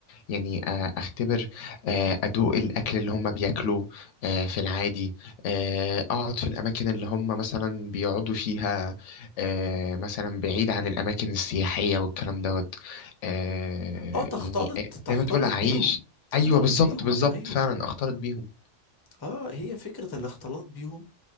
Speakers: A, on the left; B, on the left.
A: يعني آه، اختبر آه، ادوق الاكل اللي هم بياكلوه آه، في العادي آه، اقعد في الاماكن اللي هم مثلا بيقعدوا فيها آه، مثلا بعيد عن الاماكن السياحيه والكلام دوت آه،
B: اه تختلط
A: يعني آه،
B: تختلط
A: زي ما تقول اعيش
B: بيهم تختلط
A: ايوه بالظبط
B: بيهم
A: بالظبط
B: ايوه
A: فعلا اختلط بيهم
B: اه هي فكرة الاختلاط بيهم